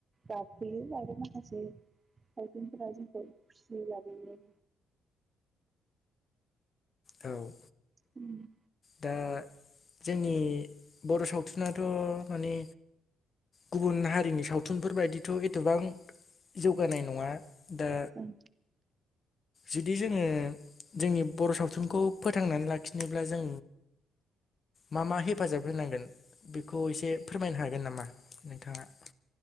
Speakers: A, on the right; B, on the left.
A: गाबहोयो माखासे सावथुनफोरा जोंखौ फिसिनो लाबोयो
B: औ
A: उम
B: दा जोंनि बर' सावथुनाथ' माने गुबुन हारिनि सावथुन थुनफोरबायायदिथ' एथबां जौगानाय नङा दा
A: आरो
B: जुदि जोङो जोंनि बर' सावथुनखौ फोथांनानै लाखिनोब्ला जों मा मा हेफाजाब होनांगोन बेखौ एसे फोरमायनो हागोन नामा नोंथाङा